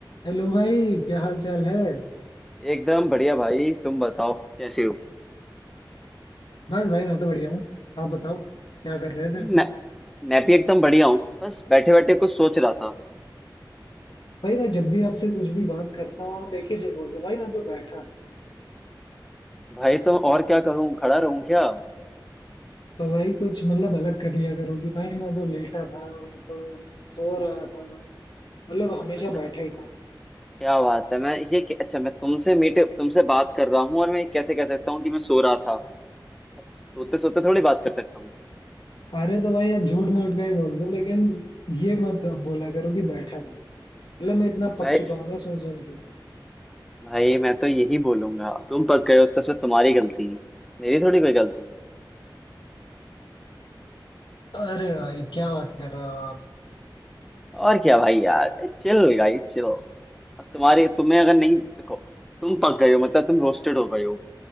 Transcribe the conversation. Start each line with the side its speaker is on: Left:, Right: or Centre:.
Left: Hello भाई क्या हाल चाल है
Centre: एकदम बढ़िया भाई तुम बताओ कैसे हो
Left: बस भाई मैं तो बढ़िया हूँ आप बताओ क्या कर रहे थे
Centre: मैं मैं भी एकदम बढ़िया हूँ बस बैठे बैठे कुछ सोच रहा था
Left: भाई मैं जब भी आपसे कुछ भी बात करता हूँ आप एक ही चीज बोलते हो भाई मैं तो बैठा था
Centre: भाई तो और क्या करूँ खड़ा रहूँ क्या
Left: तो भाई कुछ मतलब अलग कर लिया करो कि भाई मैं तो लेटा था मैं तो सो रहा था मतलब हमेशा
Centre: अच्छा
Left: बैठा ही था
Centre: क्या बात है मैं ये कि- अच्छा मैं तुमसे मीट तुमसे बात कर रहा हूँ और मैं कैसे कह सकता हूँ कि मैं सो रहा था अब सोते सोते थोड़ी बात कर सकता हूँ
Left: अरे तो भाई आप झूठ मूठ का ही बोल दो लेकिन ये मत बोला करो कि बैठा था मतलब मैं इतना पक
Centre: भाई
Left: चुका हूँ ना सुन सुन के
Centre: भाई मैं तो यही बोलूंगा अब तुम पक गए हो तो उसमें तुम्हारी गलती है मेरी थोड़ी कोई गलती है
Left: अरे भाई क्या बात कर रहे हो आप
Centre: और क्या भाई यार चिल गाइस चिल अब तुम्हारी तुम्हें अगर नहीं देखो तुम पक गए हो मतलब तुम रोस्टेड हो गए हो